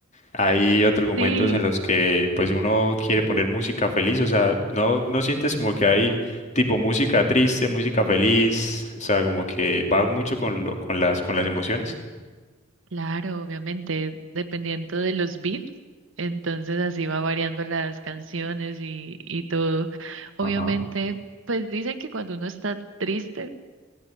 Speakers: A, on the left (about 35°); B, on the right (about 70°).
A: Hay otros momentos
B: Sí.
A: en los que pues uno quiere poner música feliz, o sea, no, no sientes como que hay tipo música triste, música feliz, o sea, como que va mucho con lo, con las, con las emociones.
B: Claro, obviamente, dependiendo de los beats, entonces así va variando las canciones y, y todo. Obviamente,
A: Ajá.
B: pues dicen que cuando uno está triste,